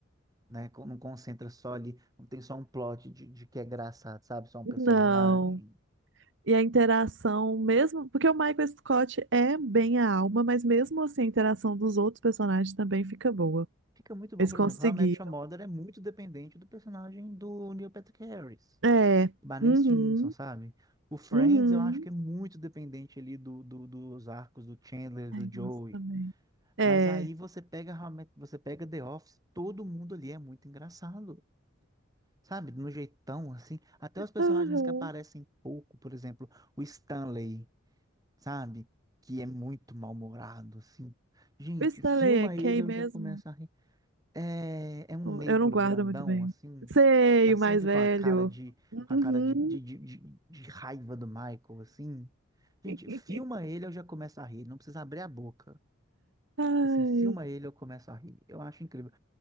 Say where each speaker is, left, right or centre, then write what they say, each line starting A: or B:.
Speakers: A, on the right; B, on the right.
A: Né? Não concentra só ali. Não tem só um plot de, de que é engraçado, sabe? Só um personagem.
B: Não. E a interação, mesmo. Porque o Michael Scott é bem a alma, mas mesmo assim a interação dos outros personagens também fica boa.
A: Fica muito bom,
B: Eles
A: por
B: conseguiram.
A: exemplo, How I Met Your Mother é muito dependente do personagem do Neil Patrick Harris,
B: É.
A: Barney
B: Uhum.
A: Stinson, sabe? O Friends
B: Uhum.
A: eu acho que é muito dependente ali do, do- dos arcos do Chandler,
B: Ai,
A: do Joey.
B: gosto também. É.
A: Mas aí você pega How I Met- você pega The Office, todo mundo ali é muito engraçado, sabe? No jeitão assim, até os personagens
B: Uhum.
A: que aparecem pouco, por exemplo, o Stanley, sabe? Que é muito mal-humorado, assim. Gente,
B: O Stanley
A: filma
B: é quem
A: ele, eu
B: mesmo?
A: já começo a rir. É, é um negro
B: Eu não guardo
A: grandão,
B: muito bem.
A: assim,
B: Sei,
A: tá sempre
B: o mais velho.
A: com a cara de,
B: Uhum.
A: com a cara de, de, de, de- de raiva do Michael, assim. Gente,
B: <laughs>
A: filma ele, eu já começo a rir, não precisa abrir a boca.
B: Ai.
A: Assim, filma ele, eu começo a rir. Eu acho incrível.